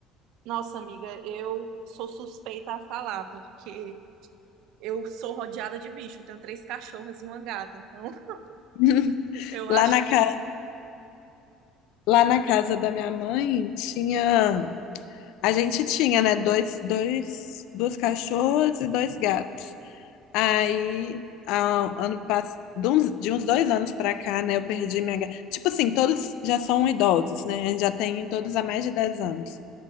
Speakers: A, on the right; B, on the left.
A: Nossa, amiga, eu sou suspeita a falar, porque eu sou rodeada de bicho, Eu tenho três cachorras e uma gata, então
B: <laughs>
A: <laughs> eu acho
B: Lá na
A: que...
B: ca... Lá na casa da minha mãe tinha. A gente tinha, né, dois, dois, duas cachorras e dois gatos. Aí, há- ano pass... de uns de uns dois anos pra cá, né, eu perdi minha. ga- Tipo assim, todos já são idosos, né? A gente já tem todos há mais de 10 anos.